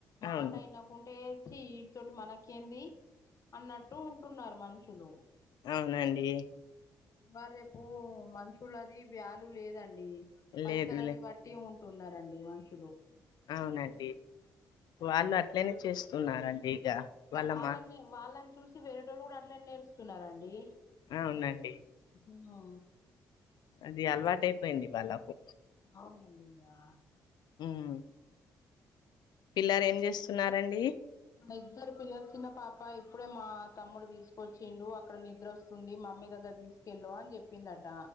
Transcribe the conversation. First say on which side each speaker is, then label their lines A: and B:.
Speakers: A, on the left; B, on the left.
A: అవును
B: మాట అయిన ఉంటే ఛీ వీటి తోటి మనకేంది అన్నట్టు ఉంటున్నారు మనుషులు
A: అవునండి
B: మరి రేపు మనుషులు అది వ్యాల్యూ లేదండి పైసలని
A: లేదులే
B: బట్ టీ ఉంటున్నారండి మంచి
A: అవునండి వాళ్ళు అట్లనే చేస్తున్నారండి ఇగ
B: ఇక
A: వాళ్ళ
B: వాళ్ళని
A: మా
B: వాళ్ళని చూసి వేరేటోళ్ళు కూడా అట్లే నేర్చుకున్నారండి
A: అవునండి
B: ఉహా
A: అది అలవాటు అయిపోయింది వాళ్ళకు
B: అవునండి ఇంగా
A: ఉమ్ పిల్లరేంచేస్తున్నారండి
B: ఇద్దరు పిల్లలు చిన్న పాప ఇప్పుడే మా తమ్ముడు తీసుకొచ్చిండు అక్కడ నిద్ర వస్ తుంది మమ్మీ దగ్గరకు తీసుకెళ్ళు అని చెప్పిందట